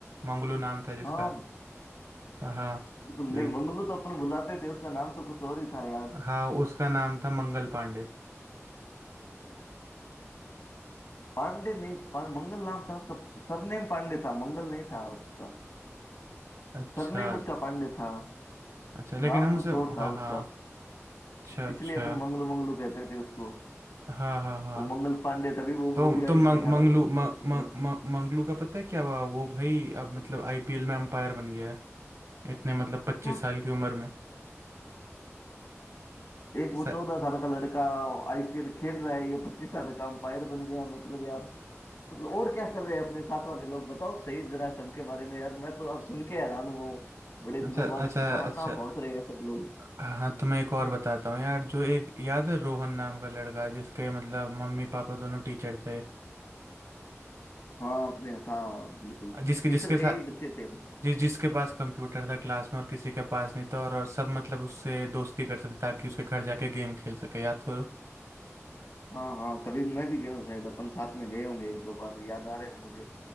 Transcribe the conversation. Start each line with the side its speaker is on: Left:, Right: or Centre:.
Right: मंगलू नाम था जिसका
Left: हाँ
Right: हाँ
Left: बिल्कुल
Right: जे-
Left: नहीं मंगलू तो अपन बुलाते थे उसका नाम तो कुछ और ही था यार
Right: हाँ उसका नाम था मंगल पांडे
Left: पांडे नहीं पां, मंगल नाम था उसका सरनेम पांडे था मंगल नहीं था उसका
Right: अच्छा
Left: सरनेम उसका पांडे था
Right: अच्छा लेकिन
Left: नाम
Right: हम
Left: कुछ
Right: उसे
Left: और था
Right: हाँ
Left: उसका
Right: हाँ अच्छा अच्छा
Left: इसलिए अपन मंगलू मंगलू कहते थे उसको
Right: हाँ हाँ हाँ
Left: वो मंगल पांडे तभी वो
Right: तो
Left: मूवी
Right: तो
Left: आई
Right: मंग,
Left: थी अठारह
Right: मंगलू
Left: सौ सत्तावन
Right: मंग,
Left: की
Right: मंग,
Left: तरफ
Right: मंग- मंगलू का पता है क्या हुआ वो भाई अब मतलब आईपीएल में अंपायर बन गया है इतने मतलब पच्चीस
Left: क्या
Right: साल की उम्र में
Left: एक
Right: स-
Left: वो चौदह साल का लड़का आईपीएल खेल रहा है ये पच्चीस साल का अंपायर बन गया मतलब यार मतलब और क्या कर रहे हैं अपने साथ वाले लोग बताओ सही जरा सबके बारे में यार मैं तो आज सुन के हैरान हुआ हूँ बड़े दिनों
Right: अच्छा अच्छा
Left: बाद कि कहाँ
Right: अच्छा
Left: कहाँ पहुंच रहे हैं सब लोग
Right: हाँ तो मैं एक और बताता हूँ यार जो एक याद है रोहन नाम का लड़का जिसके मतलब मम्मी पापा दोनों टीचर थे
Left: हाँ अपने था बिल्कुल
Right: जिसके
Left: टीचर
Right: जिसके
Left: कई
Right: साथ
Left: बच्चे थे
Right: जिस जिसके पास कंप्यूटर था क्लास में और किसी के पास नहीं था और, और सब मतलब उससे दोस्ती करते थे ताकि उसके घर जाके गेम खेल सके याद करो
Left: हाँ हाँ कभी मैं भी गया हूँ शायद अपन साथ में गए होंगे एक दो बार याद आ रहा है मुझे